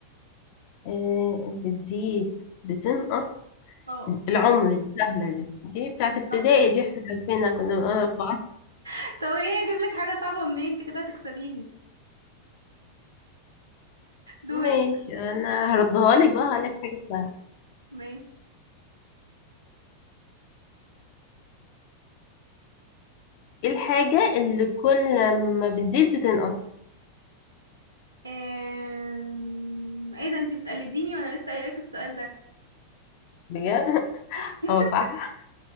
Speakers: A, on the left; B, on the right.
A: آه، بتزيد بتنقص
B: اه
A: العمر السهلة دي دي بتاعت ابتدائي
B: صح
A: دي احنا عارفينها كنا بنقول أربعة
B: <laughs> طب ايه اجيب لك حاجة صعبة منين انت كده هتكسبيني دوري
A: ماشي أنا هردها لك بقى هقولك حاجة سهلة
B: ماشي
A: ايه الحاجة اللي كل ما بتزيد بتنقص
B: أم... ايه ده انتي بتقلديني وانا لسه قايلك السؤال ده
A: بجد <laughs>
B: <laughs>
A: اه صح